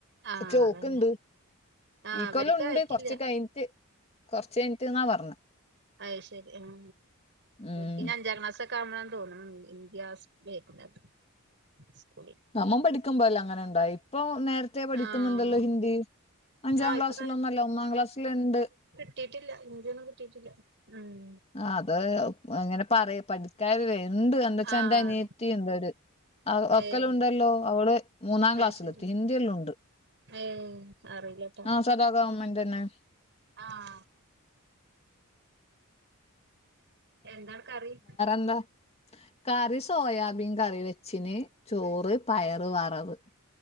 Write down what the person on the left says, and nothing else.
പക്ഷേ
ഓക്ക്ണ്ട്.
ഈ ക്കൊല്ലം
ഉണ്ട്.
കുറച്ച് കഴിഞ്ഞിട്ട് കുറച്ച് കഴിഞ്ഞട്ട് എന്നാ പറഞ്ഞ്.
ഉം
നമ്മൾ പഠിക്കുമ്പോ അല്ലാ അങ്ങനെ ഉണ്ടായി ഇപ്പൊ നേരെ ത്തെ പഠിക്കുന്നുണ്ടല്ലോ
ഹിന്ദി. അഞ്ചാം
ക്ലാസ്സിലൊന്നുംല്ല
ഒന്നാം ക്ലാസിലെ ണ്ട്.
ആ അത് ഇങ്ങനെ പറയും പഠിക്കാര് ഇണ്ട് എന്താ വച്ചാ
എന്റെ അനിയത്തിണ്ട്.
ആ ഒക്കലുണ്ടല്ലോ.
അവള് മൂന്നാം
ക്ലാസ്സിലെത്തി
ഹിന്ദില്ല ഉണ്ട്.
ആഹ് സദാ ഗവൺമെന്റ തന്നെ.
ന്താ കറി സോയാബീൻ കറി വെച്ചന്. ചോറ്
പയറ് വറവ്.